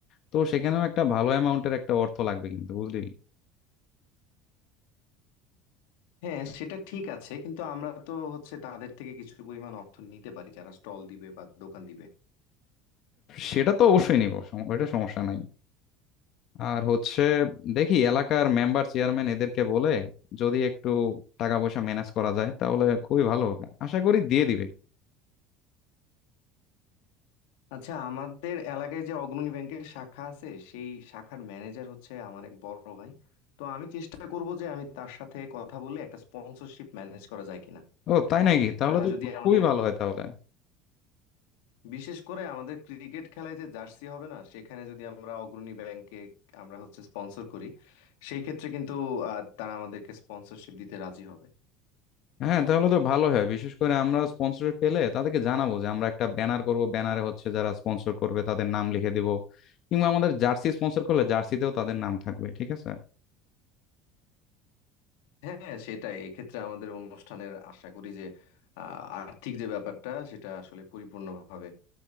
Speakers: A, on the left; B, on the left.
A: তো সেখানেও একটা ভালো অ্যামাউন্টের একটা অর্থ লাগবে কিন্তু বুঝলি
B: হ্যাঁ সেটা ঠিক আছে কিন্তু আমরা তো হচ্ছে তাদের থেকে কিছু পরিমাণ অর্থ নিতে পারি যারা স্টল দিবে বা দোকান দিবে
A: সেটা তো অবশ্যই নিব সম- ওইটা সমস্যা নাই আর হচ্ছে দেখি এলাকার মেম্বার চেয়ারম্যান এদেরকে বলে যদি একটু টাকা পয়সা ম্যানেজ করা যায় তাহলে খুবই ভালো হবে আশা করি দিয়ে দিবে
B: আচ্ছা আমাদের এলাকায় যে অগ্রণী ব্যাংকের শাখা আছে সেই শাখার ম্যানেজার হচ্ছে আমার এক বড় ভাই তো আমি চেষ্টা করব যে আমি তার সাথে কথা বলে একটা স্পন্সরশিপ ম্যানেজ করা যায় কিনা
A: ও তাই নাকি তাহলে
B: তারা যদি
A: তো খুবই
B: আমাদের
A: ভালো হয় তাহলে
B: বিশেষ করে আমাদের ক্রিকেট খেলায় যে জার্সি হবে না সেখানে যদি আমরা অগ্রণী ব্যাংকে আমরা হচ্ছে স্পন্সর করি সেই ক্ষেত্রে কিন্তু আহ, তারা আমাদেরকে স্পন্সরশিপ দিতে রাজি হবে
A: হ্যাঁ তাহলে তো ভালো হয় বিশেষ করে আমরা স্পন্সর পেলে তাদেরকে জানাবো যে আমরা একটা ব্যানার করব ব্যানারে হচ্ছে যারা স্পন্সর করবে তাদের নাম লিখে দিব কিংবা আমাদের জার্সি স্পন্সর করলে জার্সিতেও তাদের নাম থাকবে ঠিক আছে
B: হ্যাঁ সেটাই এক্ষেত্রে আমাদের অনুষ্ঠানের আশা করি যে আহ, আর্থিক যে ব্যাপারটা সেটা আসলে পরিপূর্ণভাবে